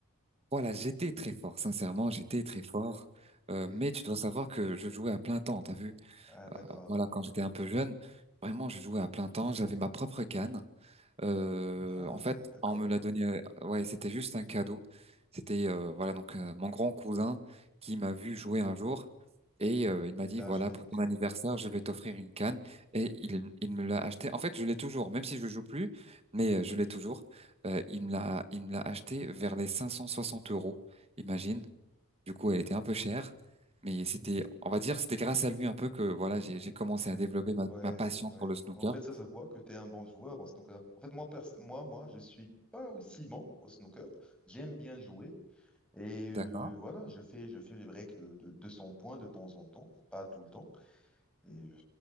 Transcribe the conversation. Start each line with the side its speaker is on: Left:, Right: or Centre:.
Right: Voilà, j'étais très fort, sincèrement, j'étais très fort. Euh,
Centre: Et,
Right: mais tu dois savoir que je jouais à plein temps, t'as vu?
Centre: ah, d'accord.
Right: Euh, voilà, quand j'étais un peu jeune, vraiment, je jouais à plein temps, j'avais ma propre canne. Euh,
Centre: Ah,
Right: en fait,
Centre: d'accord.
Right: on me l'a donné. euh, Ouais, c'était juste un cadeau. C'était euh, voilà donc euh, mon grand cousin qui m'a vu jouer un jour et euh, il m'a
Centre: Tu
Right: dit
Centre: t'as
Right: voilà
Centre: acheté
Right: pour
Centre: une
Right: ton
Centre: canne.
Right: anniversaire je vais t'offrir une canne et il il me l'a acheté. En fait, je l'ai toujours, même si je joue plus, mais euh, je l'ai toujours. Euh, il me l'a il me l'a acheté vers les 560 euros. Imagine. Du coup, elle était un peu chère. Mais c'était, on va dire, c'était grâce à lui un peu que voilà, j'ai j'ai commencé
Centre: Ouais,
Right: à développer ma,
Centre: ouais,
Right: ma passion
Centre: ouais.
Right: pour le snooker.
Centre: En fait, ça se voit que tu es un bon joueur en snooker. En fait, moi, pers- moi, moi, je suis pas aussi bon au snooker. J'aime bien jouer. Et euh,
Right: D'accord.
Centre: voilà, je fais, je fais les breaks de, de 200 points de temps en temps, pas tout le temps. Et euh,